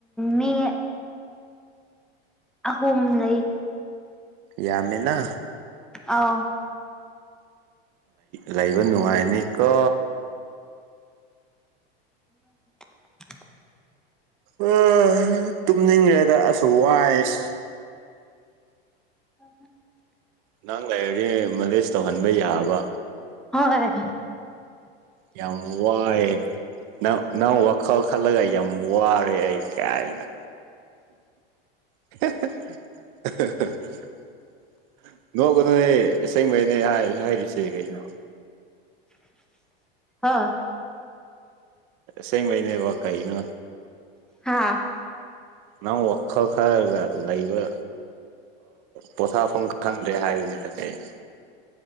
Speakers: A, in the centre; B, on the right.
A: ꯃꯤ ꯑꯍꯨꯝ ꯂꯩ
B: ꯌꯥꯝꯃꯤꯅ
A: ꯑꯥꯎ
B: ꯂꯩꯕ ꯅꯨꯡꯉꯥꯏꯅꯦꯀ
A: ꯏ
B: ꯑ ꯇꯨꯝꯅꯤꯡꯈꯦꯗ ꯑꯁꯨ ꯋꯥꯏꯁ
A: ꯑ
B: ꯅꯍꯪ ꯂꯩꯥꯏꯔꯛꯁ ꯃꯂꯦꯖ ꯇꯧꯍꯟꯕ ꯌꯥꯕ
A: ꯍꯣꯏ
B: ꯌꯥꯝ ꯋꯥꯏꯌꯦ ꯅꯪ ꯅꯪ ꯋꯥꯈꯜ ꯈꯜꯂꯒ ꯌꯥꯝ ꯋꯥꯔꯦ ꯑꯩ ꯀꯥꯏꯥꯏꯅ <unintelligible> ꯅꯣꯛꯒ ꯅꯣꯏ ꯑꯁꯦꯡꯕꯩꯅꯦ ꯍꯥꯏꯔꯤꯁꯦ ꯀꯒꯤꯩꯅꯣ
A: ꯍꯥ
B: ꯁꯦꯡ ꯃꯅꯦꯕ ꯀꯩꯅꯣ
A: ꯍꯥꯥ
B: ꯅꯪ ꯋꯥꯈꯜ ꯈꯔꯒ ꯂꯩꯕ ꯄꯣꯊꯥꯐꯝ ꯈꯪꯗ꯭ꯔꯦ ꯍꯥꯏꯔꯤꯅꯦꯀ ꯑꯩꯅ